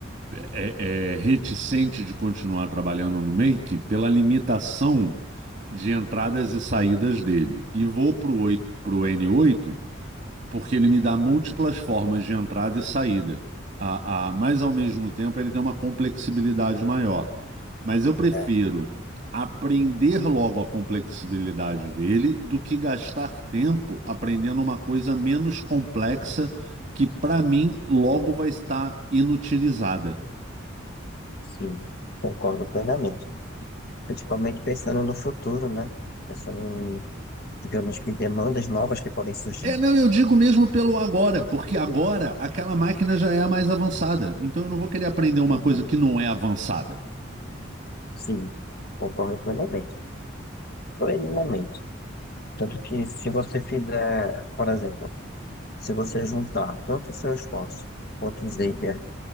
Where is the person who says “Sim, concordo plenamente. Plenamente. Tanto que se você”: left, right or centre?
Left